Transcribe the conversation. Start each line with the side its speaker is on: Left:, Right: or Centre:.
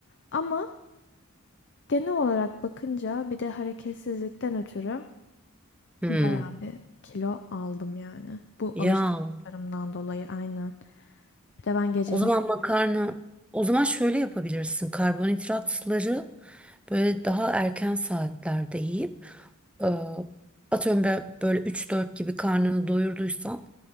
Left: Ama genel olarak bakınca bir de hareketsizlikten ötürü
Centre: Hı.
Left: bayağı bir kilo aldım yani. Bu
Centre: Ya.
Left: alışkanlıklarımdan dolayı aynen. Bir de ben gece
Centre: O
Left: yemek
Centre: zaman
Left: yemedim.
Centre: makarna, o zaman şöyle yapabilirsin. Karbonhidratları böyle daha erken saatlerde yiyip e, atıyorum ben böyle üç dört gibi karnını doyurduysan